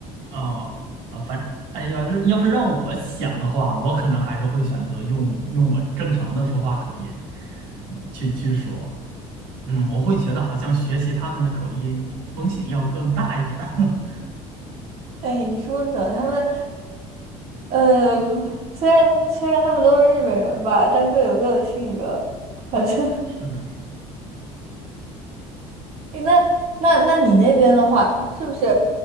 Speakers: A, on the right (about 85°); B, on the right (about 50°).
A: 哦，啊，反，哎呀，要是让我想的话，我可能还是会选择用用我正常的说话口音去去说。嗯，我会觉得好像学习他们的口音风险要更大一点儿。
B: 哎，你说不准他们，嗯、虽然虽然他们都是日本人吧，但各有各的性格。反正
A: <laughs> 是的，是的。
B: <laughs> 那那那你那边的话，是不是，